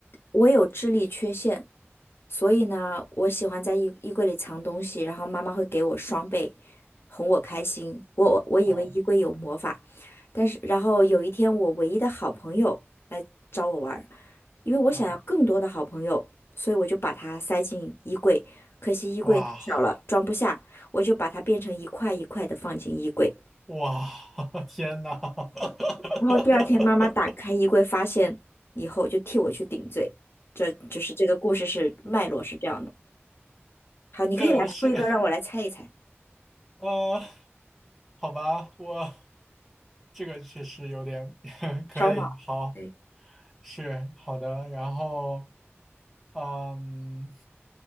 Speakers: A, on the left; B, in the centre.
A: 我有智力缺陷，所以呢，我喜欢在衣衣柜里藏东西，然后妈妈会给我双倍，哄我开心。我我以为衣柜有魔法，
B: <laughs> 啊
A: 但是然后有一天，我唯一的好朋友来找我玩儿，因为我想要更多的好朋友，
B: 啊！
A: 所以我就把它塞进衣柜。可惜衣柜太小了，
B: 哇
A: 装不下，我就把它变成一块一块的放进衣柜。
B: 哇！<laughs> 天呐，<laughs>
A: 然后第二天妈妈打开衣柜发现以后，就替我去顶罪。这就是这个故事是脉络是这样的。好，你可以来出一个让我来猜一猜，
B: 这是呃，好吧，我这个确实有点 <laughs> 可以，
A: 烧脑。
B: 好。
A: 对，
B: 是好的，然后嗯，